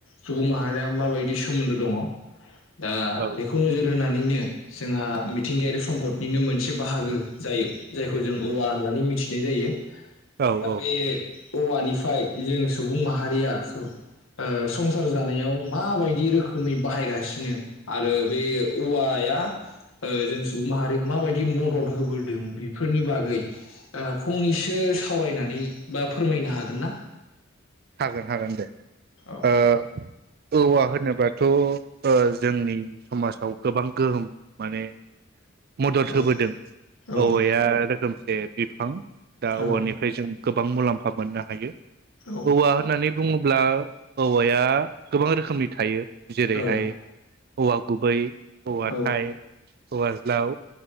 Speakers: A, on the left; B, on the right.
A: सुबुं माहारिया माबायदि सोमोन्दो दङ। दा
B: औ
A: बेखौ नोजोर होनानै दिनो जोंहा मिथिंगायारि सम्फदनिनो मोनसे बाहागो जायो जायखौ जों औवा होननानै मिथिनाय जायो।
B: औ
A: दा
B: औ
A: बे औवानिफ्राय जों सुबुं माहारिया ओ संसार जानायाव माबायदि रोखोमै बाहायगासिनो आरो बे औवाया ओ जों सुबुं माहारि माबायदि मदद होबोदों बेफोरनि बा गै दा ओ फंनैसो सावरायनानै बा फोरमायनो हागोन ना?
B: हागोन हागोन दे
A: औ
B: ओ। औवा होनोबाथ' ओ जोंनि समाजाव गोबां गोहोम माने मदद
A: औ
B: होबोदों
A: औ
B: औवाया रोखोम जे बिफां दा
A: औ
B: औवानिफ्राय जों गोबां मुलाम्फा मोननो हायो।
A: औ
B: औवा होननानै बुङो ब्ला औवाया गोबां रोखोमनि थायो। जेरैहाय
A: औ
B: औवा गुबै औवा
A: औ
B: थाइ औवा ज्लाउ